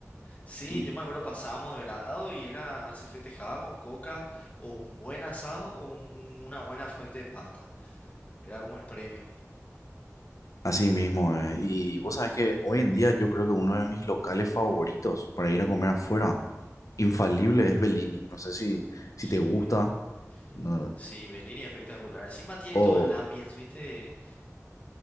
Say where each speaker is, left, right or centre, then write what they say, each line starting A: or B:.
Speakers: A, on the left (about 30°); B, on the left (about 80°).
A: Sí,
B: y
A: yo me acuerdo, pasábamos de grado y era, se festejaba con coca o un buen asado o un- un- una buena fuente de pasta. Era como el premio.
B: así mismo, eh. Y vos sabés que hoy en día yo creo que uno de mis locales favoritos para ir a comer afuera, infalible, es Bellini. No sé si, si
A: Sí,
B: te gusta, no,
A: sí, Bellini es espectacular. Encima tiene
B: o...
A: todo el ambience, ¿viste?